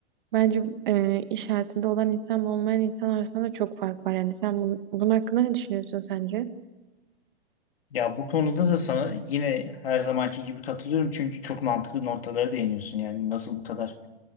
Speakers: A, on the right; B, on the left.
A: bence e, iş hayatında olan insanla olmayan insan arasında da çok fark var. Yani sen bunun, bunun hakkında ne düşünüyorsun sence?
B: Ya bu konuda da sana yine her zamanki gibi katılıyorum. Çünkü çok mantıklı noktalara değiniyorsun. Yani nasıl bu kadar